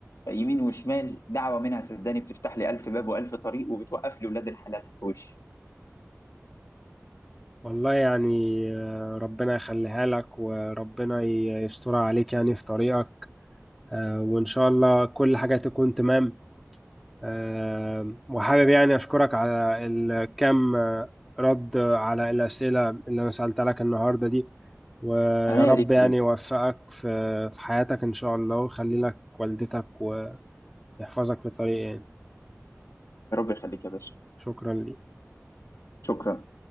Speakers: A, on the left; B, in the centre.
A: يمين وشمال دعوه منها صدقني بتفتح لي الف باب والف طريق وبتوقف لي ولاد الحلال في وشي
B: والله يعني آه، ربنا يخليها لك وربنا ي- يسترها عليك يعني في طريقك آه، وإن شاء الله كل حاجة تكون تمام آم، وحابب يعني أشكرك على الكم آه، رد على الأسئلة اللي أنا سألتها لك النهاردة دي ويا
A: عناية
B: رب
A: ليك
B: يعني
A: يا باشا.
B: يوفقك في في حياتك إن شاء الله ويخلي لك والدتك ويحفظك في طريق يعني
A: يا رب يخليك يا باشا
B: شكرا لي
A: شكرا